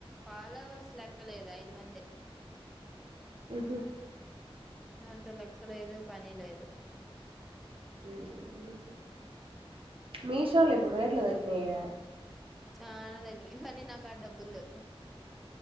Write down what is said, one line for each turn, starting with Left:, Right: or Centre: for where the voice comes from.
Centre: ఫాలోవర్స్ లెక్కలేదు ఐదు మంది
Right: మ్మ్ హ్మ్
Centre: నాంత లెక్క లేదు పని లేదు
Right: మ్మ్ మీషోలో ఇప్పుడు రేట్లు తగ్గినాయే
Centre: చాలా తగ్గినయి కానీ నాకడా డబ్బులు లేవ్